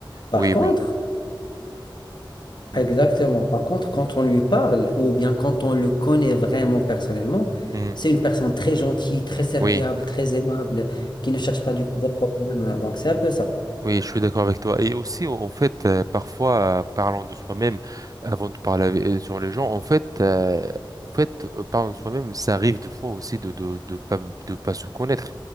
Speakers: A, on the left (about 55°); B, on the right (about 45°).
A: Par
B: oui,
A: contre,
B: oui. Mhm,
A: Exactement. Par contre, quand on lui parle, ou bien quand on le connaît vraiment personnellement,
B: mhm.
A: c'est une personne très gentille, très serviable,
B: Oui.
A: très aimable, qui ne cherche pas du des problèmes. Donc, c'est un peu ça.
B: Oui, je suis d'accord avec toi. Et aussi, en en fait, euh, parfois, euh, parlant de soi-même, avant de parler avec- euh, sur les gens, en fait, euh, en fait, euh, parlant de soi-même, ça arrive des fois aussi de de de pas de pas se connaître.